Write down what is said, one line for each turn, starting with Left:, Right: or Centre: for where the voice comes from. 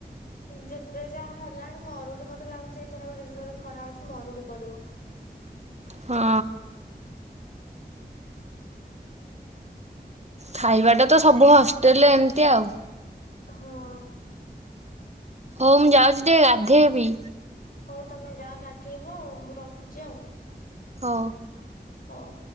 Left: ଯେତେ ଯାହା ହେଲାଣି ମରୁଡି ମତେ ଲାଗୁଚି ଏଇଥର ବି ଯେତେ ଜୋରେ ଖରା ହୋଉଚି ମରୁଡି ପରିବ।
Right: ହଁ। ଖାଇବା ଟା ତ ସବୁ ହଷ୍ଟେଲରେ ଏମିତି ଆଉ।
Left: ହଁ।
Right: ହୋଉ ମୁଁ ଯାଉଚି ଟିକେ ଗାଧେଇବି।
Left: ହୋଉ ତମେ ଯାଅ ଗାଧେଇବ ଆଉ ମୁଁ ରଖୁଚି ଆଉ।
Right: ହୋଉ।
Left: ହୋଉ।